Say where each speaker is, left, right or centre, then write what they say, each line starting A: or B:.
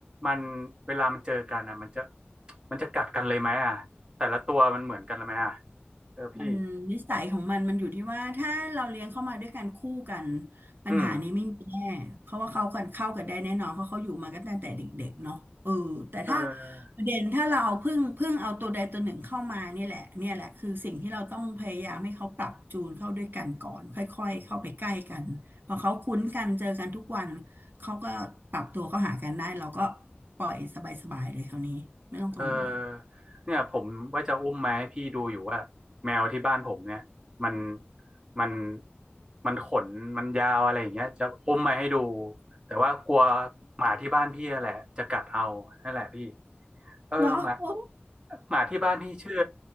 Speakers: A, on the right; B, on the right.
A: มันเวลามันเจอกันอ่ะมันจะมันจะกัดกันเลยไหมอ่ะแต่ละตัวมันเหมือนกันไหมอ่ะเออพี่
B: มันนิสัยของมันมันอยู่ที่ว่าถ้าเราเลี้ยงเข้ามาด้วยกันคู่กันปัญหานี้ไม่มีแน่เพราะว่าเขากันเข้ากันได้แน่นอนเพราะเขาอยู่มากันตั้งแต่เด็กๆเนาะเออแต่ถ้า
A: อืมเออ
B: ประเด็นถ้าเราเอาพึ่งพึ่งเอาตัวใดตัวหนึ่งเข้ามาเนี่ยแหละเนี่ยแหละคือสิ่งที่เราต้องพยายามให้เขาปรับจูนเข้าด้วยกันก่อนค่อยๆเข้าไปใกล้กันพอเขาคุ้นกันเจอกันทุกวันเขาก็ปรับตัวเข้าหากันได้เราก็ปล่อยสบายๆเลยคราวนี้ไม่ต้องกังวล
A: เออเนี่ยผมว่าจะอุ้มมาให้พี่ดูอยู่ว่าแมวที่บ้านผมเนี่ยมันมันมันขนมันยาวอะไรอย่างเงี้ยจะอุ้มมาให้ดูแต่ว่ากลัวหมาที่บ้านพี่อะแหละจะกัดเอานั่นแหละพี่เออหมา
B: เหรอโอ้
A: หมาที่บ้านพี่ชื่อ